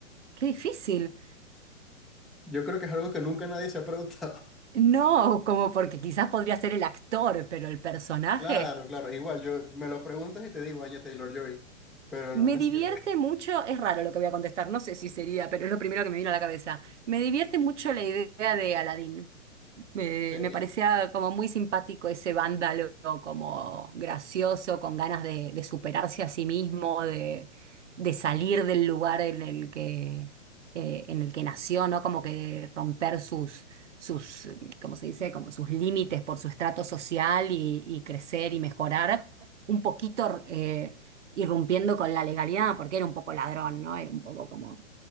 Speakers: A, on the right; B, in the centre.
A: qué difícil.
B: Yo creo que es algo que nunca nadie se ha preguntado. <laughs>
A: No, como porque quizás podría ser el actor, pero el personaje.
B: Claro, claro. Igual, yo me lo preguntas y te digo, Anya Taylor-Joy, pero
A: Me
B: no me
A: divierte
B: sirve.
A: mucho, es raro lo que voy a contestar, no sé si sería, pero es lo primero que me vino a la cabeza. Me divierte mucho la idea de Aladdin. Me,
B: <laughs> Ok.
A: me parecía como muy simpático ese vándalo, como gracioso, con ganas de, de superarse a sí mismo, de, de salir del lugar en el que, eh, en el que nació, ¿no? Como que romper sus, sus, ¿cómo se dice? Como sus límites por su estrato social y, y crecer y mejorar un poquito. eh, irrumpiendo con la legalidad, porque era un poco ladrón, ¿no? Era un poco como